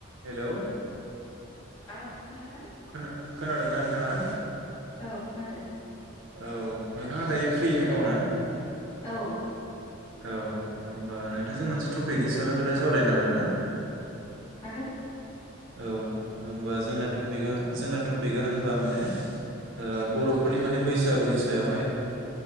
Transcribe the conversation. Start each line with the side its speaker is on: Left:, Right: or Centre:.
Right: हेलौ
Left: औ खोनादों
Right: खोनादोंना नोंथांङा
Left: औ खोनादों।
Right: औ नोंथाङा दायो फ्रियैनो दं ना?
Left: औ।
Right: औ होमबा नोंथांजों मोनसे टपिकनि सायावहाय खोथा सावरायनो हागोन ना?
Left: हागोन
Right: औ होमबा जोंना तपिक जोंना
Left: टपिक
Right: टपिकआ होनबा माने ओ बर'फोरनि माने बैसागुनि सायावहाय